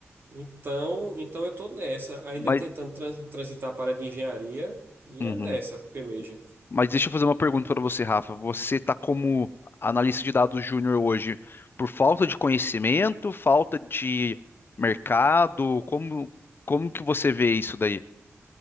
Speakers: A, on the right; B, on the left.
A: Então, então eu tô nessa, ainda
B: Mas,
A: tentando trans- transitar para a área de engenharia, e
B: uhum.
A: é nessa, peleja.
B: Mas deixa eu fazer uma pergunta para você, Rafa. Você está como analista de dados júnior hoje por falta de conhecimento, falta de mercado? Como, como que você vê isso daí?